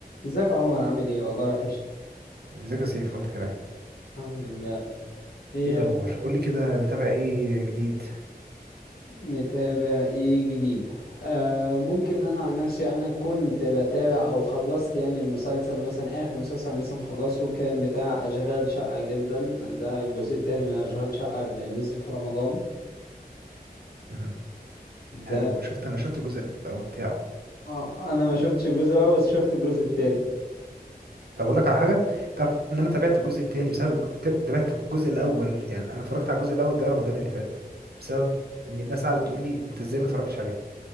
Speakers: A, on the left (about 70°); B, on the right (about 75°).
A: ازيك يا عمر عامل ايه والله وحشني
B: ازيك يا سيف وانت كمان
A: الحمد لله ايه
B: ايه الاخبار
A: يا ب-
B: قول لي كده متابع ايه جديد
A: متابع ايه جديد آه ممكن انا عن نفسي انا كنت بتابع او خلصت يعني المسلسل مثلا اخر مسلسل أنا لسه مخلصه كان بتاع اشغال شقة جدا ده الجزء التاني من اشغال شقة اللي نزل في رمضان
B: مهم.
A: ده
B: حلو شفت انا شفت الجزء الاول بتاعه
A: آه انا ما شفتش الجزء الاول بس شفت الجزء التاني
B: طب اقول لك على حاجه تعرف ان انا تابعت الجزء الثاني بسبب الج- تابعت الجزء الاول يعني انا اتفرجت على الجزء الاول ده رمضان اللي فات بسبب ان الناس قعدت تقول لي انت ازاي ما اتفرجتش عليه